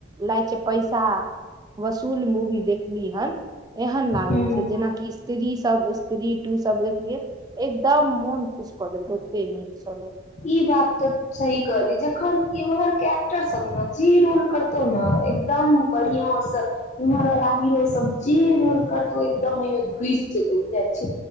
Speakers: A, on the right (about 20°); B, on the left (about 40°).
A: लागै छै पैसा वसूल मूवी देखली हन एहन लागै
B: हमरा
A: छै जेनाकि स्त्री सब स्त्री टू सब देखलियै एकदम मन खुश कऽ देल ओते नीक चल
B: ई बात तऽ सही कहली जखन इम्हर के एक्टर सब ने जे रोल करतौ ने एकदम बढ़िया से इम्हर वाला हीरो सब जे रोल कर एकम ओहि घुस जेतउ जाइ छै